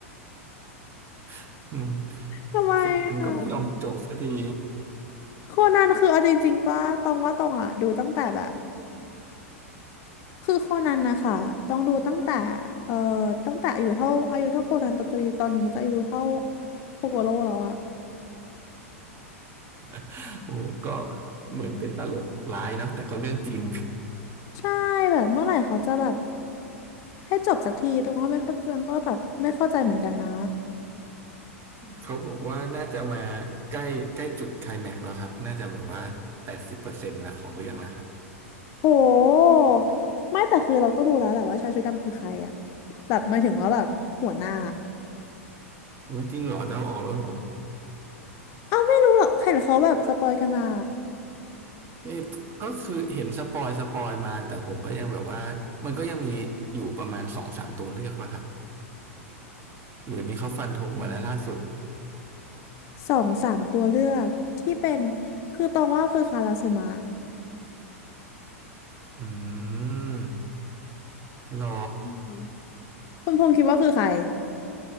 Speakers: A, on the right; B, on the left.
A: <laughs> อืม
B: ทำไมอะ
A: คนมันก็ไม่ยอมจบสักที
B: โคนันคือเอาจริงๆป่ะตองว่าตองอะดูตั้งแต่แบบ คือโคนันนะคะต้องดูตั้งแต่เอ่อตั้งแต่อายุเท่าอายุเท่าโคนันตอนนี้ตอนนี้จะอายุเท่าโคโกโร่แล้วอะ
A: <laughs> โอ้ก็เหมือนเป็นตลกร้ายเนาะแต่ก็เรื่องจริง
B: ใช่แบบเมื่อไหร่เขาจะแบบให้จบสักทีตรงก็ไม่เข้าใจก็แบบไม่เข้าใจเหมือนกันนะ
A: เขาบอกว่าน่าจะมาใกล้ใกล้จุดไคลแม็กซ์แล้วครับน่าจะแบบว่าแปดสิบเปอร์เซ็นต์ละของเรื่องแล้วครับ
B: โหไม่แต่คือเราก็รู้แล้วแหละว่าชายชุดดำคือใครอะแบบหมายถึงว่าแบบหัวหน้า
A: อุ๊ยจริงเหรอเดาออกแล้วเหรอ
B: เอ้าไม่รู้หรอกเห็นเขาแบบสปอยกันมา
A: นี่ก็คือเห็นสปอยสปอยมาแต่ผมก็ยังแบบว่ามันก็ยังมีอยู่ประมาณสองสามตัวเลือกป่ะครับหรือนี่เขาฟันธงมาแล้วล่าสุด
B: สองสามตัวเลือกที่เป็นคือตองว่าคือคาราซึมะ
A: อืมเหรอ
B: อืมคุณพงษ์คิดว่าคือใคร